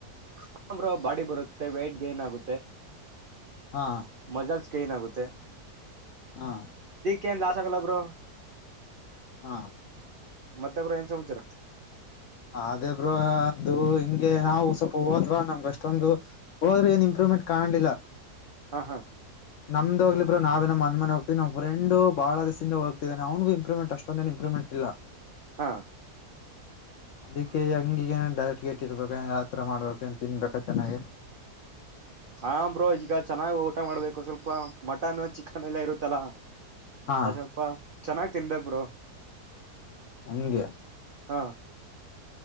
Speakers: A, on the right (about 65°); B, on the left (about 65°).
A: ಹಾ ಬ್ರೋ ಬಾಡಿ ಬರುತ್ತೆ ವೇಟ್ ಗೇನ್ ಆಗುತ್ತೆ
B: ಹಾ
A: ಮಜಾಲ್ಸ್ ಕ ಏನಾಗುತ್ತೆ
B: ಹಾ
A: ಕೆಂದ ಆ ಸಗಲ ಬ್ರೋ
B: ಹಾ
A: ಮತ್ತ ಬ್ರೋ ಏನ್ ಸಮಾಚಾರ
B: ಅದೇ ಬ್ರೋ ಅದು ಹಿಂಗೆ ನಾವು ಸ್ವಲ್ಪ ಹೋದ್ವಾ ನಮ್ಗ ಅಷ್ಟೊಂದು ಹೋದ್ರೆ ಏನ್ ಇಂಪ್ರೂವ್ಮೆಂಟ್ ಕಾಣಿಲ್ಲ
A: ಹಾ ಹಾ
B: ನಮದೋಗಲಿ ಬ್ರೋ ನಾವೇ ಇನ್ ಮನೆ ಮನೆ ಹೋಗ್ತೀವಿ ನಮ್ ಫ್ರೆಂಡ್ ಬಾಳ ದಿಸಿಂದ ಹೋಗ್ತದಿನಿ ಅವನಿಗೂ ಇಂಪ್ರೂಮೆಂಟ್ ಅಷ್ಟೊಂದೇ ಇಂಪ್ರೂಮೆಂಟ್ ಇಲ್ಲ.
A: ಹಾ
B: ಅದಕ್ಕೆ ಹೆಂಗಿಗ ಏನ ಡಯಟ್ ಗಿಯಟ್ ಇರ್ಬೇಕ ಯತ್ರ ಮಾಡ್ಬೇಕಂತ ತಿನ್ಬೇಕ ಚೆನ್ನಾಗ
A: ಹ್ಮ <inaudible> ಹ ಬ್ರೋ ಈಗ ಚೆನ್ನಾಗ್ ಊಟ ಮಾಡ್ಬೇಕು ಸ್ವಲ್ಪ ಮಟನ್ ಚಿಕನ್ ಎಲ್ಲ ಇರುತ್ತಲ್ಲಾ.
B: ಹಾ
A: ಅ ಸ್ವಲ್ಪ ಚೆನ್ನಾಗ್ ತಿನ್ಬೇಕ ಬ್ರೋ
B: ಹಂಗೆ
A: ಹಾ